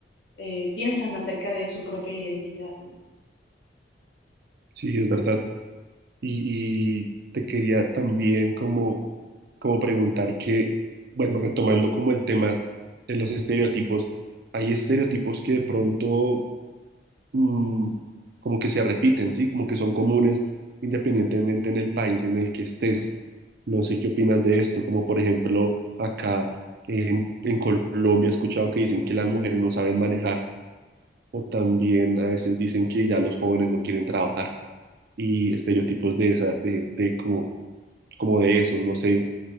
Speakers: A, on the left; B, on the right.
A: eh, piensan acerca de su propia identidad, ¿no?
B: Sí, es verdad. Y, y te quería también como, como preguntar que, bueno, retomando como el tema de los estereotipos, hay estereotipos que de pronto mm, como que se repiten, ¿sí? Como que son comunes independientemente en el país en el que estés. No sé qué opinas de esto, como por ejemplo acá en, en Colombia he escuchado que dicen que las mujeres no saben manejar o también a veces dicen que ya los jóvenes no quieren trabajar y estereotipos de esa, de, de como, como de esos, no sé